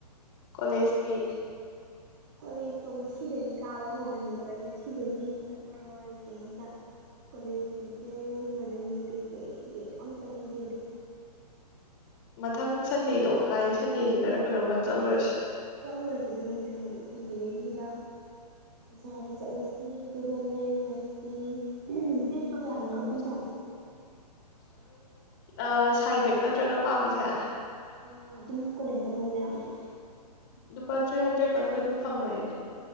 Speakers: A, on the left; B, on the right.
A: ꯀꯣꯂꯦꯁꯇꯤ
B: ꯀꯣꯂꯦꯖꯇꯣ ꯉꯁꯤꯗꯒꯤ ꯀꯥꯕ ꯍꯧꯕꯅꯦꯕ ꯉꯁꯤꯗꯒꯤ ꯆꯠꯂꯔꯣꯏ ꯀꯩꯝꯇ ꯀꯣꯂꯦꯖꯀꯤ ꯗ꯭ꯔꯦꯁ ꯑꯗꯒꯤ ꯀꯩꯀꯩ ꯕꯦꯛ ꯑꯝꯇ ꯂꯩꯗ꯭ꯔꯤꯗ
A: ꯃꯊꯪ ꯁꯟꯗꯦꯗꯣ ꯂꯛꯏ ꯁꯟꯗꯦꯁꯤꯗꯔꯥ ꯀꯩꯅꯣꯝꯃ ꯆꯠꯂꯨꯔꯁꯤ
B: ꯆꯠꯂꯨꯔꯁꯤ ꯑꯗꯨꯅꯤ ꯑꯩꯅ ꯍꯥꯏꯗꯤ ꯁꯟꯗꯦꯁꯤꯗ ꯕꯖꯔꯗ ꯆꯠꯂꯁꯤ ꯑꯗꯨꯒ ꯂꯩꯔꯨꯔꯁꯤ ꯕꯦꯛ ꯀꯌꯥꯝ
A: ꯎꯝ
B: ꯃꯨꯛꯀ ꯄꯤꯖꯠꯅꯣ
A: ꯑ ꯁꯥꯏꯇ ꯕꯦꯛ ꯅꯠꯇ꯭ꯔꯥ ꯅꯪ ꯄꯥꯝꯃꯤꯁꯦ
B: ꯑ ꯑꯗꯨꯝ ꯀꯣꯂꯦꯖꯇ ꯄꯨ ꯌꯥꯕꯗꯣ
A: ꯂꯨꯄꯥ ꯊ꯭ꯔꯤ ꯍꯟꯗ꯭ꯔꯦꯠ ꯃꯅꯨꯡꯗ ꯑꯗꯨꯝ ꯐꯪꯕꯅꯦ